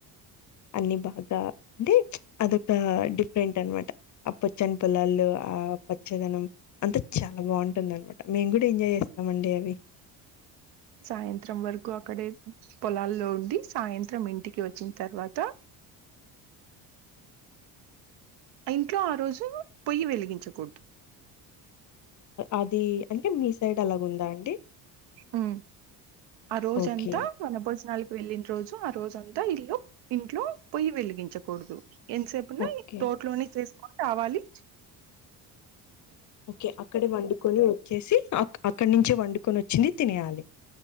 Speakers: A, on the left (about 45°); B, on the right (about 75°).
A: అన్ని బాగా అంటే అదకన డిఫ ఫ్రెంట్ అనమాట అ పొచ్చని పిల్లాలు ఆ అ పొచ్చేదనం అంతా చాలా బాగుంటుంది అనమాట మేం కూడా ఎంజాయ్ చేస్తా మండడి అవి
B: సాయంత్రం వరకు అక్కడే పొలాల్లో ఉండి సాయంత్రం ఇంటికి వచ్చిన తర్వాత ఇంట్లో ఆ రోజు పొయ్యి వెలిగించకూడదు
A: అది అంటే మీ సైడ్ అలాగ ఉందా అండి
B: ఉ ఆ రోజ
A: ఓకే
B: అంతా మన బోస్ నల్ వెళ్ళిన రోజు ఆ రోజు అంతా ఇల్లు ఇంట్లో పొయ్యి వెలిగించకూడదు ఎంతసేపున
A: ఓకే
B: తోటలోనే చేస్తా కావాలి
A: ఒకే అక్కడ వండుకొని వచ్చేసి అక్కడి నుంచే వండు కొని వచ్చింది తినయాలి